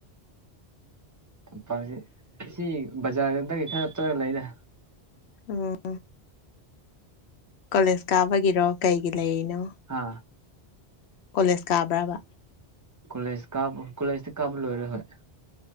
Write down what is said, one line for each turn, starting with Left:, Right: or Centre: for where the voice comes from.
Right: ꯇꯝꯄꯥꯛꯁꯤ ꯁꯤ ꯕꯖꯥꯔꯗꯒꯤ ꯈꯔ ꯆꯠꯂꯒ ꯂꯩꯗ
Left: ꯎꯝ ꯀꯣꯂꯦꯖ ꯀꯥꯕꯒꯤꯔꯣ ꯀꯩꯒꯤ ꯂꯩꯔꯤꯅꯣ
Right: ꯍꯥ
Left: ꯀꯣꯂꯦꯖ ꯀꯥꯕ꯭ꯔꯥꯕ
Right: ꯀꯣꯂꯦꯖ ꯀꯥꯕ ꯀꯣꯂꯦꯖꯇꯤ ꯀꯥꯕ ꯂꯣꯏꯔꯦ ꯍꯣꯏ